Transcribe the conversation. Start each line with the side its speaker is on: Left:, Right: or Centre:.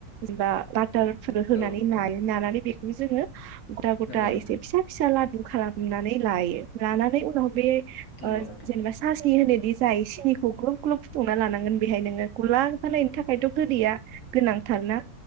Right: जेनबा बाटार होनानै
Left: औ नोंथां
Right: नायो नानानै बे खौ जोङो गथा गथा
Left: नंगौ नोंथां
Right: एसे फिसा फिसा लादु खालामनानै लायो लानानै उनाव बे
Left: नंगौ
Right: ओ जेनेबा सासनि होनो दि जाय सिनिखौ ग्लब ग्लब फुदुंना लानांगोन बेहाय नोङो गला जानायनि थाखायथ' गोदैया गोनांथारना